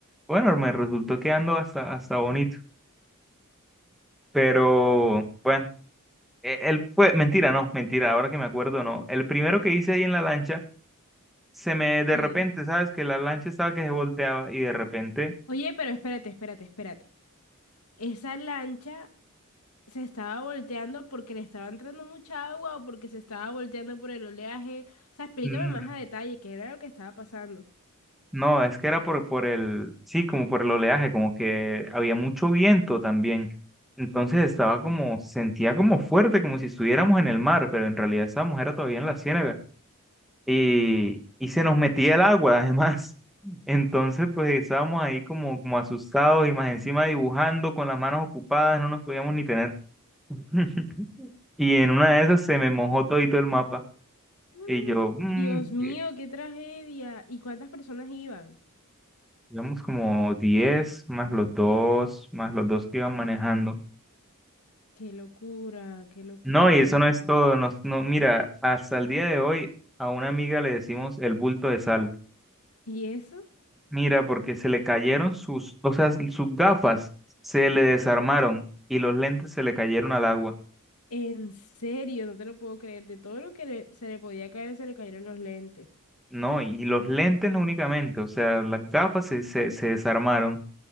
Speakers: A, in the centre; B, on the left (about 85°).
A: Bueno, me resultó quedando hasta, hasta bonito, pero bueno, e- él fue, mentira, no, mentira, ahora que me acuerdo, no. El primero que hice ahí en la lancha, se me de
B: Sí.
A: repente, ¿sabes? Que la lancha estaba que se volteaba y de repente
B: Oye, pero espérate, espérate, espérate. ¿Esa lancha se estaba volteando porque le estaba entrando mucha agua o porque se estaba volteando por el oleaje? O sea, explícame
A: Mm,
B: más a detalle qué era lo que estaba pasando.
A: No, es que era por, por el, sí, como por el oleaje, como que había mucho viento también. Entonces estaba como, sentía como fuerte, como si estuviéramos en el mar, pero en realidad estábamos era todavía en la ciénaga. Y, y se nos metía el agua, <laughs> además. Entonces, pues estábamos ahí como, como asustados y más encima dibujando con las manos ocupadas, no nos podíamos ni tener. <laughs> Y en una de esas se me mojó todito el mapa.
B: <gasps>
A: Y yo, mm,
B: Dios mío,
A: ¿qué?
B: qué tragedia. ¿Y cuántas personas iban?
A: Digamos como 10 más los dos, más los dos que iban manejando.
B: Qué locura, qué locura
A: No, y
B: de
A: eso
B: verdad.
A: no es todo. Nos, no, mira, hasta el día de hoy a una amiga le decimos el bulto de sal.
B: ¿Y eso?
A: Mira, porque se le cayeron sus, o sea, sus gafas se le desarmaron y los lentes se le cayeron al agua.
B: En serio, no te lo puedo creer. De todo lo que le- se le podía caer, se le cayeron los lentes.
A: No, y los lentes no únicamente, o sea, las gafas se, se, se desarmaron